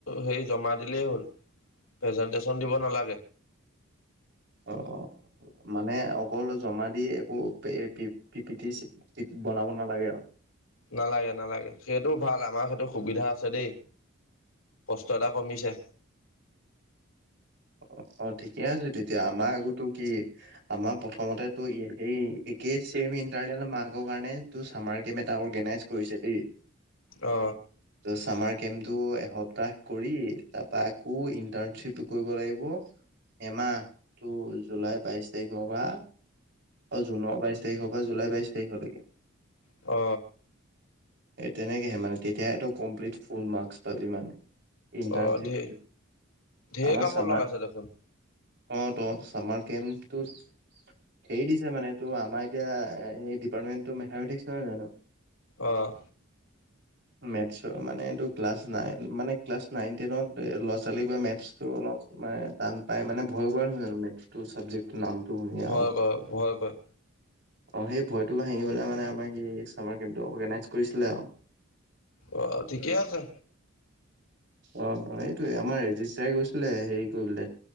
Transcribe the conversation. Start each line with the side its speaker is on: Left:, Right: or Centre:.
Left: হেৰি জমা দিলেই হ'ল। প্ৰেজেন্টেশচন দিব নালাগে?
Right: অ-অ মানে অকল জমা দি একো পি-পিটি বনাব নালাগে আও।
Left: নালাগে-নালাগে সেইটো ভাল আমাৰ সেইটো সুবিধা আছে দেই। কষ্ট এটা কমিছে।
Right: <inaudible> অ ঠিকে আছে তেতিয়া আমাৰ আগতো কি আমাৰ প্ৰথমতেটো সেই একেই চেইম ইটাৰনেল মাৰ্কৰ কাৰণে তোৰ চামাৰ কেম এটা ডাঙৰকে অৰ্গেনাইজ কৰিছে দেই।
Left: অ
Right: ত' চামাৰ কেমটো এসপ্তাহ কৰি তাৰপা আকৌ ইন্টাৰ্নশ্বিপ কৰিব লাগিব এমাহ-টো জুলাই বাইশ তাৰিখৰ পৰা অ জুনৰ বাইশ তাৰিখৰ পৰা জুলাই বাইশ তাৰিখলৈকে।
Left: অ
Right: এই তেনেকেহে মানে তেতিয়াহো কমপ্লিট ফুল মাৰ্ক্স পাবি মানে। ইণ্টাৰ্ণশ্বিপ,
Left: অহ ধেৰ ধেৰ
Right: আমাৰ
Left: কামত
Right: চামাৰ
Left: লগাইছে দেখোন
Right: অৱ তু চামাৰ কেম্পটোত হেৰি দিছে মানে এইটো আমাৰ এতিয়া এই ডিপাৰ্টমেন্টটো মেথামেটিক্স নহয় জানো।
Left: আহ।
Right: মেথছৰ মানে এইটো ক্লাছ নাইন মানে, ক্লাছ নাইন-টেনত ল'ৰা-ছোৱালীবোৰে মেথছটো অলপ মানে টান পাই মানে, ভয় কৰাৱা নহয় জানো মেথচটো চাবজেক্ট নামটো শুনিয়েই
Left: ভয়
Right: অ
Left: কৰে ভয় কৰে
Right: অ সেই ভয়তো ভাঙি পেলাই মানে আমাৰ কি চামাৰ কেমটো অৰ্গেনাইজ কৰিছিলে আৰু
Left: অ, ঠিকেই আছে।
Right: অ-অ এইটোৱেই আমাৰ ৰেজিষ্ট চাৰে গৈছিলে হেৰি কৰিবলে।